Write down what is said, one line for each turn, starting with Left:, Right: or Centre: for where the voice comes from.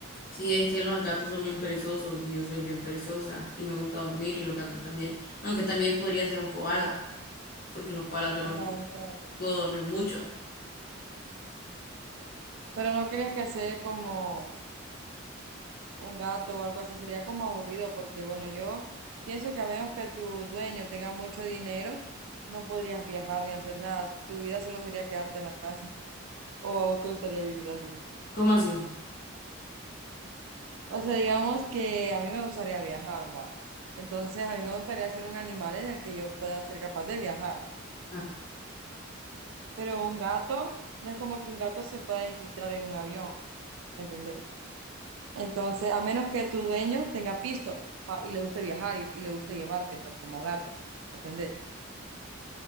Left: Sí, es que los gatos son bien perezosos y yo soy bien perezosa y me gusta dormir y los gatos también. Aunque también podría ser un koala, porque los koalas duermen
Right: Ajá,
Left: mucho.
Right: o
Left: Puedo dormir mucho.
Right: Pero no crees que ser como un gato o algo así sería como aburrido, porque bueno, yo pienso que a menos que tu dueño tenga mucho dinero, no podrías viajar ni hacer nada. Tu vida solo sería quedarte en la casa. <laughs> ¿O a vos te gustaría vivir así?
Left: ¿Cómo así?
Right: O sea, digamos que a mí me gustaría viajar, va. Entonces, a mí me gustaría ser un animal en el que yo pueda ser capaz de viajar.
Left: Ah,
Right: Pero un gato, no es como que un gato se pueda infiltrar en un avión, ¿me entendés? Entonces, a menos que tu dueño tenga pisto pa- y le guste viajar y, y le guste llevarte, pues como gato, ¿me entendés?